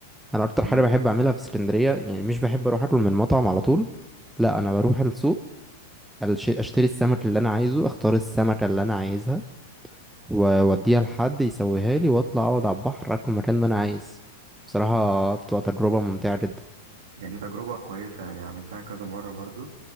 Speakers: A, in the centre; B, on the right (about 70°).
A: انا اكتر حاجة
B: مم.
A: بحب اعملها في اسكندرية يعني مش بحب اروح اكل من مطعم على طول لا انا بروح السوق الش- اشتري السمك اللي انا عايزه اختار السمكة اللي انا عايزها واوديها لحد يسويها لي واطلع اقعد على البحر اكل مكان ما انا عايز بصراحة بتبقى تجربة ممتعة جدا
B: يعني دي تجربة كويسة يعني عملتها كذا مرة برضو